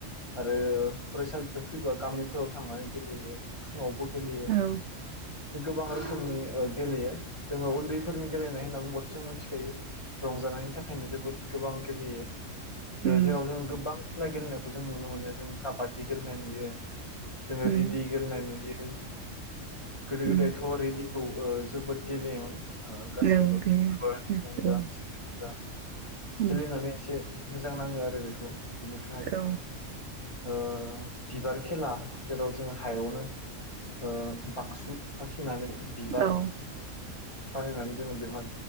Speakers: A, on the left (about 25°); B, on the right (about 65°).
A: आरो फरायसालिफ्राय फैबा गामिफोराव थांनानै गेलेयो फुङावबो गेलेयो
B: औ
A: गोबां रोखोमनि ओ गेलेयो जोङो उन्दैफोरनि गेलेनाय होनना बुंबाथ' जों मिथिखायो रंजानायनि थाखायनो जोबोद गोबां गेलेयो
B: उम
A: जेराव जों गोबां खेला गेलेनायखौ जों नुनो मोनो जों काबादि गेलेनाय नुयो जोङो
B: उम
A: रेडि गेलेनाय नुयो गोदो
B: उम
A: गोदायथ' रेडिखौ ओ जोबोद गेलेयोमोन ओ गासिबो
B: औ दे
A: सैंग्रायानो जा
B: औ
A: सिख्लायानो जा
B: उम
A: गेलेनानै एसे मोजां नाङो आरो बेखौ बिनिफ्राय
B: औ
A: ओ बिबार खेला जेराव जों हायावनो ओ बाक्सु आखिनानै बिबार
B: औ
A: बानायनानै जोङो बेवहाय